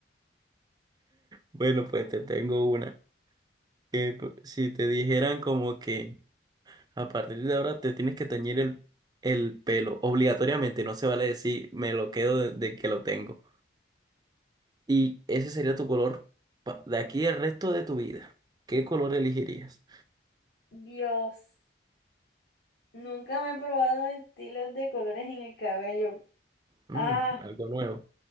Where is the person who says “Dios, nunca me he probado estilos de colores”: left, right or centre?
Left